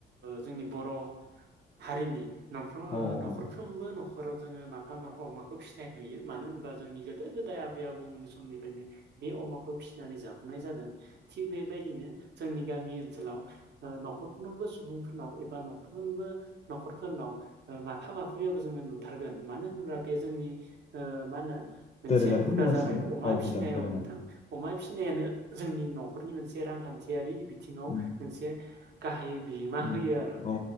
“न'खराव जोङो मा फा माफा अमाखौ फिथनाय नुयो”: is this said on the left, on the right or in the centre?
Right